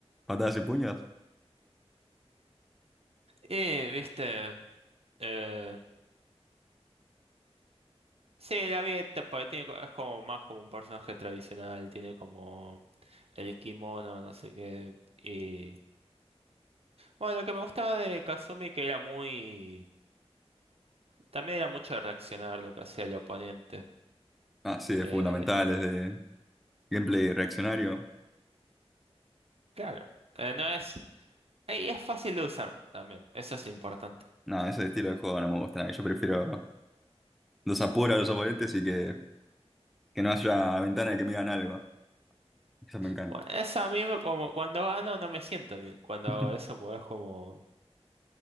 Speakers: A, in the centre; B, on the right.
A: patadas y puños.
B: Y, viste, eh, sí, la vi, esta, porque tiene, co- es como más como un personaje tradicional, tiene como el kimono, no sé qué. Y bueno, lo que me gustaba de Kazumi que era muy... También era mucho de reaccionar lo que hacía el oponente.
A: Ah, sí, de
B: Eh,
A: fundamentales, de gameplay reaccionario.
B: claro, eh, no es... Y es fácil de usar también, eso es importante.
A: No, ese estilo de juego no me gusta. nada. Yo prefiero los apuros a los oponentes y que, que no haya ventana de que me digan algo. Eso me encanta.
B: Bueno, eso a mí me- como cuando gano no me siento bien. Cuando
A: <laughs>
B: hago eso, pues es como,